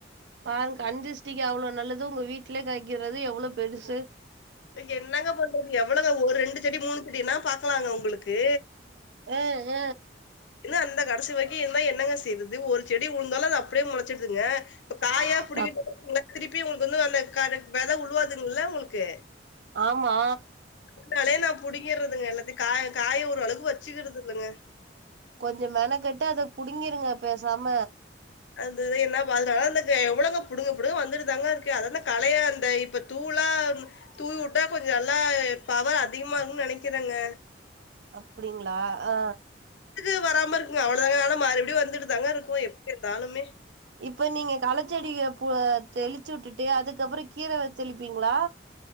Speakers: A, on the right; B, on the left.
A: பாருங்க கண் திருஷ்டிக்கு அவ்ளோ நல்லது உங்க வீட்லே காய்க்கறது எவ்ளோ பெருசு
B: என்னங்க பண்றது எவ்வளவு ஒரு ரெண்டு செடி மூணு செடினா பாக்குலாங்க உங்களுக்கு
A: அ அ
B: இன்னோ அந்த கடைசி வரைக்கு இருந்தா என்னங்க செய்றது ஒரு செடி உழுந்தாலு அது அப்டியே முளைச்சிடுதுங்க இப்ப காயா
A: ஆ
B: புடிங்கிட்டு
A: தப்
B: <unintelligible> திருப்பி உங்களுக்கு வந்து அந்த க வித உழுவாதுங்கல்ல உங்களுக்கு
A: ஆமா
B: அதுனாலயே நா புடிங்கறதுங்க எல்லாத்தையு காய காய் ஒரு அளவுக்கு வச்சுக்கிறது இல்லங்க
A: கொஞ்ச மெனக்கட்டு அத புடிங்கிருங்க பேசாம
B: அதுதா என்ன பா அதுனாலதா அந்த கே எவ்ளங்க புடுங்க புங்க வந்துட்டுதாங்க இருக்கு அதா களைய அந்த இப்ப தூளா ம் தூவி வுட்டா கொஞ்ச நல்லா அ பவர் அதிகமா இருக்குன்னு நெனைக்கிறங்க
A: அப்டிங்களா ஆ
B: துக்கு வராம இருக்குங்க அவ்ளதாங்க ஆனா மறுபடியு வந்துட்டு தாங்க இருக்கும் எப்டி இருந்தாலமே
A: இப்ப நீங்க களச்செடிய ப்ப தெளிச்சு வுட்டுட்டு அதுக்கப்ற கீர வ தெளிப்பீங்களா